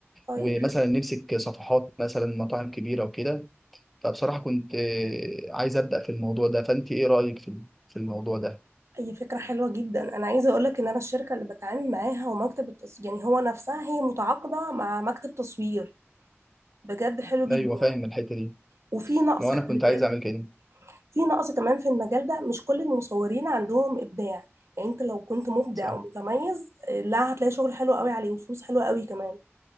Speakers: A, on the right (about 75°); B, in the centre.
A: طيب
B: ومثلا
A: حلو
B: نمسك صفحات مثلا مطاعم كبيره وكده فبصراحه كنت آه، عايز ابدا في الموضوع ده فانت ايه رايك في في الموضوع ده
A: اي فكره حلوه جدا انا عايزه اقول لك ان انا الشركه اللي بتعامل معاها ومكتب التصوير يعني هو نفسها هي متعاقده مع مكتب تصوير بجد حلو جدا
B: ايوه فاهم الحته دي
A: وفي نقص
B: لو
A: خلي
B: انا كنت
A: بالك
B: عايز اعمل كده
A: في نقص كمان في المجال ده مش كل المصورين عندهم ابداع يعني انت لو كنت مبدع
B: صح
A: ومتميز لا هتلاقي شغل حلو قوي عليه وفلوس حلوه قوي كمان